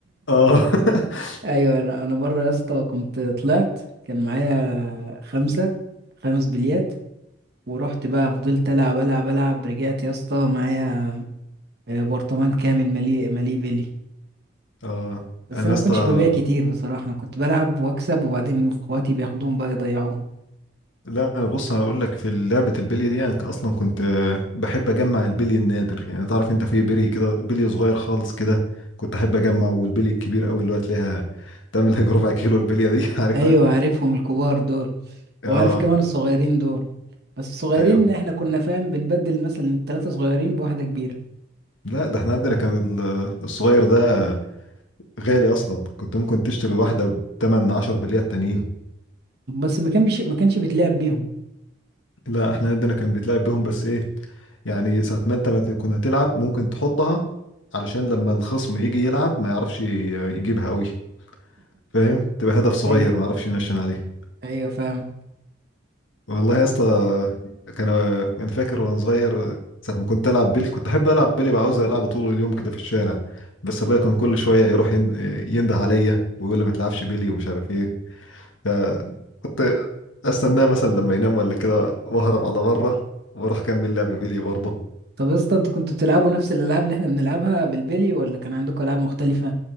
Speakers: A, on the left (about 75°); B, on the right (about 50°).
A: اه <laughs>
B: ايوه انا انا مره يا اسطى كنت طلعت كان معايا خمسه خمس بليات ورحت بقى فضلت العب العب العب رجعت يا اسطى معايا آه، برطمان كامل مليء مليء بلي
A: اه
B: بس
A: انا
B: انا
A: يا
B: ما
A: اسطى
B: كنتش ببيع كتير بصراحه انا كنت بلعب واكسب وبعدين اخواتي بياخدوهم بقى يضيعوهم
A: لا بص انا اقول لك في لعبه البلي دي انا اصلا كنت آه، بحب اجمع البلي النادر يعني تعرف انت في بلي كده بلي صغير خالص كده كنت احب اجمع والبلي الكبير قوي اللي هو تلاقيها تعمل هيك ربع كيلو البليه دي <laughs> عارفها
B: ايوه عارفهم الكبار دول
A: اه
B: وعارف كمان الصغيرين دول بس الصغيرين
A: ايوه
B: احنا كنا فاهم بنبدل مثلا التلاته صغيرين بواحده كبيره
A: لا ده احنا عندنا كان ال- الصغير ده غالي اصلا كنت ممكن تشتري واحده ب 8 10 بليات تانيين
B: بس ما كانش ما كانش بيتلعب بيهم
A: لا احنا عندنا كان بيتلعب بيهم بس ايه يعني ساعة ما انت ما تكون هتلعب ممكن تحطها علشان لما الخصم يجي يلعب ما يعرفش ي- يجيبها قوي فاهم تبقى هدف صغير
B: <laughs> ايوه
A: ما اعرفش نشن عليه
B: ايوه فاهم
A: والله يا اسطى كان انا فاكر وانا صغير ساعه ما كنت العب بيلي كنت احب العب بيلي بقى عاوز العب طول اليوم كده في الشارع بس ابويا كان كل شويه يروح يند- ينده عليا ويقول لي ما تلعبش بيلي ومش عارف ايه فكنت استناه مثلا لما ينام ولا كده واهرب على بره واروح اكمل لعب بيلي برضه
B: طب يا اسطى انتوا كنتوا بتلعبوا نفس الالعاب اللي احنا بنلعبها بالبلي ولا كان عندكم العاب مختلفه